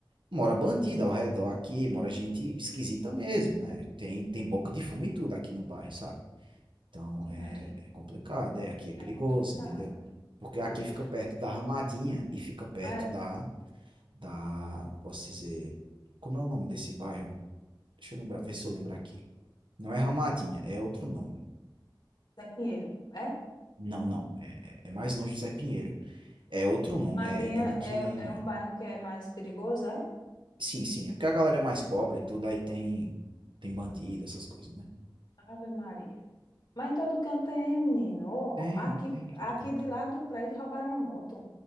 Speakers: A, on the right; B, on the left.
A: Mora bandida ao redor aqui, mora gente esquisita mesmo, né? Tem, tem boca de fumo e tudo aqui no bairro, sabe? Então
B: Ave
A: é,
B: Maria,
A: é complicado, é, aqui é perigoso,
B: é complicado,
A: entendeu?
B: é
A: Porque
B: perigo.
A: aqui fica perto da Ramadinha e fica perto
B: Mas
A: da, da, posso dizer, como é o nome desse bairro? Deixa eu lembrar, ver se eu lembro aqui. Não é Ramadinha, é outro nome.
B: é Pinheiro, é?
A: Não, não, é, é- é mais longe do Zé Pinheiro. É outro nome,
B: Madinha
A: é, é um que...
B: é, é um bairro que é mais perigoso, é?
A: Sim, sim, é porque a galera é mais pobre e tudo, aí tem, tem bandido, essas coisas, né?
B: Ave Maria. Mas em todo canto tem, menino. Ó,
A: Tem,
B: aqui,
A: tem, todo
B: aqui
A: canto.
B: do lado do prédio roubaram uma moto.